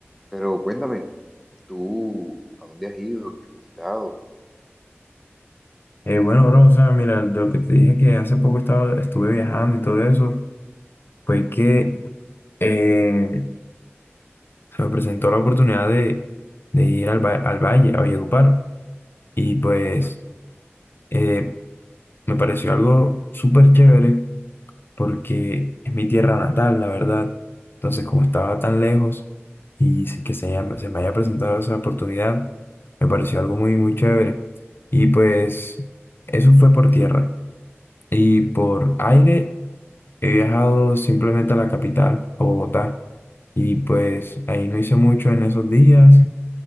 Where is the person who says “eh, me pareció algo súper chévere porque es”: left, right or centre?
Left